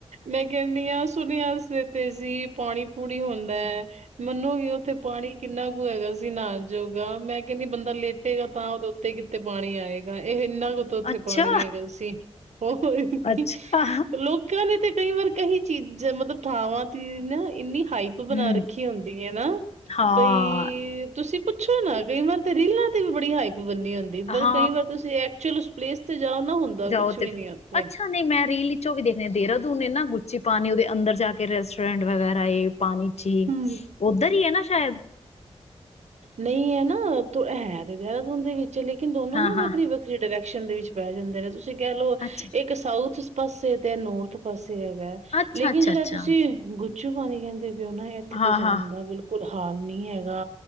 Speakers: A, on the right; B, on the left.
A: ਮੈਂ ਕਹਿਣੀ ਆ ਸੁਣਿਆ। ਤੇ ਤਹਿਜ਼ੀਬ ਪਾਣੀ ਪੂਣੀ ਹੁੰਦਾ ਹੈ ਮੰਨੋਗੇ ਉੱਥੇ ਪਾਣੀ ਕਿੰਨਾ ਕੁ ਹੈਗਾ ਸੀ ਨਾਹਨ ਜੋਗਾ ਮੈਂ ਕਹਿੰਦੀ ਬੰਦਾ ਲੇਟੇਗਾ ਤਾਂ ਉਹਦੇ ਕਿਤੇ ਕਿਤੇ ਪਾਣੀ ਆਏਗਾ। ਇਹ ਇੰਨਾ ਕੁ ਉੱਥੇ
B: ਅੱਛਾ
A: ਪਾਣੀ ਹੈਗਾ ਸੀ। ਹੋਰ ਕੀ
B: ਅੱਛਾ
A: ਲੋਕਾਂ ਨੇ ਤੇ ਕਈ ਵਾਰ ਕਹੀ। ਚੀਜ਼ਾਂ ਮਤਲਬ ਥਾਵਾਂ ਤੇ ਨਾ ਇੰਨੀ ਹਾਈਪ
B: ਹਮ
A: ਬਣਾ ਰੱਖੀ ਹੁੰਦੀ ਹੈ ਨਾ
B: ਹਾਂ
A: ਬਈ ਤੁਸੀਂ ਪੁੱਛੋ ਨਾ ਕਈ ਵਾਰ ਤੇ ਰੀਲਾਂ ਤੇ ਵੀ ਬੜੀ ਹਾਈ ਬੰਨੀ ਹੁੰਂਦੀ ਪਰ
B: ਹਾਂ
A: ਕਈ ਵਾਰ ਤੁਸੀਂ ਐਕਚੁਅਲ ਉਸ ਪਲੇਸ ਤੇ ਜਾਓ ਨਾ ਹੁੰਦਾ
B: ਜਾਓ
A: ਕੁਛ
B: ਤੇ
A: ਵੀ
B: ਫਿਰ
A: ਨੀ ਉੱਥੇ
B: ਅੱਛਾ ਨਹੀਂ ਮੈਂ ਰੀਲ ਵਿਚੋਂ ਵੀ ਦੇਖਣੇ ਦੇਹਰਾਦੂਨ ਨੇ ਨਾ ਗ ਚੀ ਪਾਣੀ ਉਹਦੇ ਅੰਦਰ ਜਾ ਕੇ ਰੈਸਟੋਰੈਂਟ ਵਗੈਰਾ ਏ ਪਾਣੀ ਚ' ਹੀ
A: ਹੂੰ
B: ਉੱਧਰ ਹੀ ਹੈ ਨਾ ਸ਼ਾਇਦ
A: ਨਹੀਂ ਹੈ ਨਾ ਤੂੰ ਹੈ ਤੇ ਦੇਹਰਾਦੂਨ ਦੇ ਵਿੱਚ ਲੇਕਿਨ ਦੋਨੋ
B: ਹਾਂ
A: ਨਾ ਵੱਖਰੀ-ਵੱਖਰੀ
B: ਹਾਂ
A: ਡਰੈਕ ਡਰੈਕਸ਼ਨ ਦੇ ਵਿੱਚ ਪੈ ਜਾਂਦੇ ਨੇ ਤੁਸੀਂ ਕਹਿ ਲਓ,
B: ਅੱਛਾ
A: ਇੱਕ ਸਾਊਥ ਪਾਸੇ ਤੇ ਨੌਰਥ ਪਾਸੇ ਹੈਗਾ,
B: ਅੱਛਾ
A: ਲੇਕਿਨ
B: ਅੱਛਾ
A: ਜਿਹੜਾ
B: ਅੱਛਾ
A: ਤੁਸੀਂ ਗੁ ਪਛੂ ਪਾਣੀ ਕਹਿੰਦੇ ਵੀ ਉਹ ਨਾ ਇੱਥੇ ਤੇ
B: ਹਾਂ
A: ਜਾਣ
B: ਹਾਂ
A: ਦਾ ਬਿਲਕੁਲ ਬਿਲਕੁਲ ਹਾਲ ਨਹੀਂ ਹੈਗਾ।